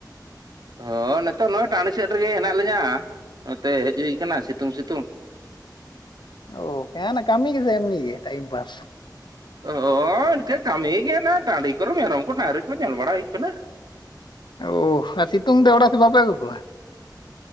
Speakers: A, on the right; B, on the left.
A: ᱦᱳᱭ ᱱᱤᱛᱚᱜ ᱱᱚᱜᱼᱚᱭ ᱴᱟᱺᱰᱤ ᱥᱮᱫ ᱨᱮᱜᱮ ᱦᱮᱱᱟᱜ ᱞᱤᱧᱟ, ᱱᱚᱛᱮ ᱦᱮᱡ ᱦᱩᱭ ᱟᱠᱟᱱᱟ ᱥᱤᱛᱩᱝ ᱥᱤᱛᱩᱝ᱾
B: ᱚ ᱦᱮᱸ ᱠᱟᱹᱢᱤ ᱜᱮ ᱥᱮ ᱮᱢᱱᱤ ᱜᱮ ᱴᱟᱭᱢᱯᱟᱥ
A: ᱦᱳᱭ ᱤᱱᱠᱟᱹ ᱠᱟᱹᱢᱤ ᱜᱮ ᱚᱱᱟ ᱴᱟᱺᱰᱤ ᱠᱚᱨᱮ ᱢᱮᱨᱚᱢ ᱠᱚ ᱰᱟᱹᱨᱤ ᱠᱚ ᱧᱮᱞ ᱵᱟᱲᱟ ᱦᱩᱭᱩᱜ ᱠᱟᱱᱟ᱾
B: ᱚᱦ ᱟᱨ ᱥᱤᱛᱩᱝ ᱫᱚ ᱚᱲᱟᱜ ᱥᱮᱫ ᱵᱟᱯᱮ ᱟᱹᱜᱩ ᱠᱚᱣᱟ?